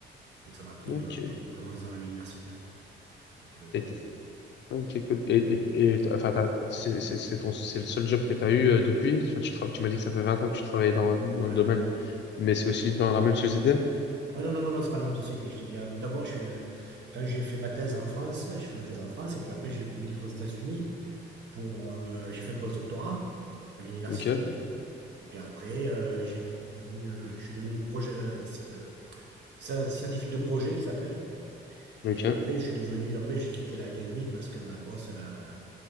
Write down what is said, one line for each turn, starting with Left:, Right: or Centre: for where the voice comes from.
Right: Donc ça m'a pris
Left: ok.
Right: euh, à peu près 11 ans à l'université à peu près. Donc, tout donc,
Left: Et t- ok, cool. Et, et, et t- enfin, t'as- t'as- c'est c'est- c'est ton, c'est le seul job que tu as eu euh, depuis? Enfin, tu travailles, tu m'as dit que ça fait 20 ans que tu travailles dans, dans
Right: ouais.
Left: le domaine, mais c'est aussi dans la même société?
Right: Ouais, non, non, non, non, c'est pas la même société. Je te dis, euh, d'abord, je suis, euh, quand j'ai fait ma thèse en France, je fais ma thèse en France et puis après j'ai migré aux États-Unis pour, euh, j'ai fait un post-doctorat à l'université.
Left: Ok.
Right: Et puis après, euh, j'ai, euh, je suis devenu projet, euh, euh, scientifique de projet qu'ils appellent.
Left: Ok.
Right: Et après, je suis devenu, après, j'ai quitté l'académique parce que ma boss, elle a